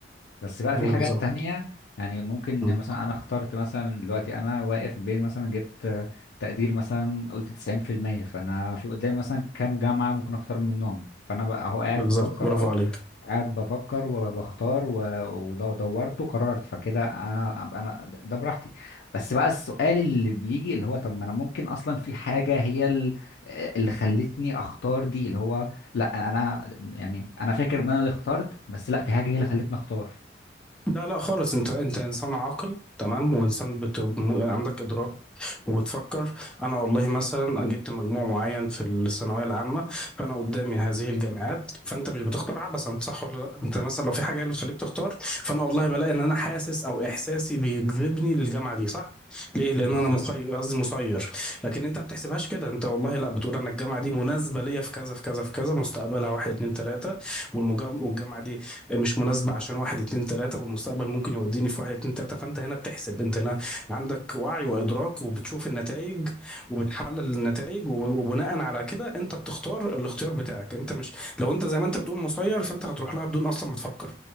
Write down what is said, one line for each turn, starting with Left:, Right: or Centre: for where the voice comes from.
Left: بس بقى
Centre: بالظبط
Left: في حاجات تانية يعني ممكن
Centre: مم.
Left: مثلا انا اخترت مثلا دلوقتي انا واقف بين مثلا جبت آه، تقدير مثلا قلت 90% فانا في قدامي مثلا كام جامعة ممكن اختار منهم فانا بقى اهو قاعد
Centre: بالظبط
Left: بفكر
Centre: برافو
Left: اهو
Centre: عليك
Left: قاعد بفكر وبختار و- وده- ودورت وقررت فكده انا انا ده براحتي بس بقى السؤال اللي بيجي اللي هو طب ما انا ممكن اصلا في حاجة هي ال- اللي خلتني اختار دي اللي هو لا انا يعني انا فاكر ان انا اللي اخترت بس لا في حاجة هي اللي خلتني اختار
Centre: لا لا خالص انت انت انسان عاقل تمام وانسان بت... م- عندك ادراك وبتفكر انا والله مثلا جبت مجموع معين في الثانويه العامه فانا قدامي هذه الجامعات فانت مش بتختار عبثا صح ولا لا انت مثلا لو في حاجه هي اللي بتخليك تختار فانا والله بلاقي ان انا حاسس او احساسي بيجذبني للجامعه دي صح ليه لان
Left: بالظبط
Centre: انا مخير قصدي مسير لكن انت ما بتحسبهاش كده انت والله لا بتقول انا الجامعه دي مناسبه ليا في كذا في كذا في كذا مستقبلها واحد اتنين تلاته والمجا- والجامعه دي مش مناسبه عشان واحد اتنين تلاته والمستقبل ممكن يوديني في واحد اتنين تلاته فانت هنا بتحسب انت هنا عندك وعي وادراك وبتشوف النتائج وبتحلل النتائج وبناء على كده انت بتختار الاختيار بتاعك انت مش لو انت زي ما انت بتقول مسير فانت هتروح لها بدون اصلا ما تفكر